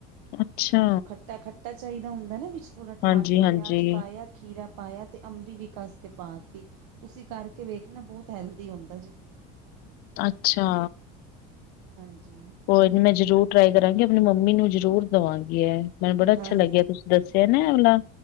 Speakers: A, on the left; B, on the right.
A: ਅੱਛਾ
B: ਖੱਟਾ-ਖੱਟਾ ਚਾਹੀਦਾ ਹੁੰਦਾ ਨਾ, ਵਿੱਚ ਥੋੜਾ ਟਮਾਟਰ,
A: ਹਾਂਜੀ ਹਾਂਜੀ
B: ਪਿਆਜ ਪਾਇਆ। ਖੀਰਾ ਪਾਇਆ ਤੇ ਅੰਬੀ ਵੀ ਕੱਸ ਕੇ ਪਾਤੀ। ਤੁਸੀਂ ਕਰਕੇ ਵੇਖ ਨਾ ਬਹੁਤ ਹੈਲਦੀ ਹੁੰਦਾ ਜੀ।
A: ਅੱਛਾ।
B: ਹਾਂਜੀ।
A: ਹੋਰ। ਮੈਂ ਜਰੂਰ ਟਰਾਈ ਕਰਾਂਗੀ। ਆਪਣੀ ਮੰਮੀ ਨੂੰ ਜਰੂਰ ਦੇਵਾਂਗੀ ਏ। ਮੈਨੂੰ ਬੜਾ ਅੱਛਾ
B: ਹਾਂ
A: ਲੱਗਿਆ ਤੁ- ਦੱਸਿਆ ਨਾ ਐ‌ ਵਾਲਾ।